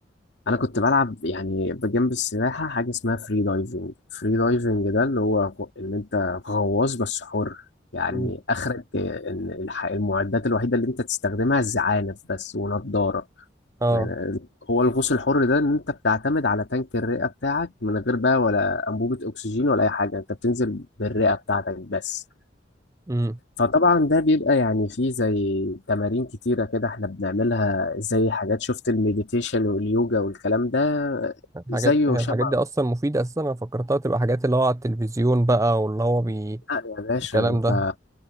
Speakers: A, on the left; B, on the right.
A: انا كنت بلعب يعني بجنب السباحه حاجه اسمها فري دايفنج فري دايفنج ده اللي هو غ- ان انت غواص بس حر يعني
B: مم.
A: اخرك ان الح- المعدات الوحيده اللي انت تستخدمها الزعانف بس ونضاره
B: اه
A: يعني هو الغوص الحر ده ان انت بتعتمد على تانك الرئه بتاعك من غير بقى ولا انبوبه اكسجين ولا اي حاجه انت بتنزل بالرئه بتاعتك بس
B: امم
A: فطبعا ده بيبقى يعني فيه زي تمارين كتيرة كده احنا بنعملها زي حاجات شفت المديتيشن واليوجا والكلام ده
B: الحاجات
A: زيه
B: هي
A: شبه
B: الحاجات دي اصلا مفيدة اساسا انا فكرتها تبقى حاجات اللي هو على التلفزيون بقى واللي هو بي...
A: لا يا باشا
B: الكلام
A: انت
B: ده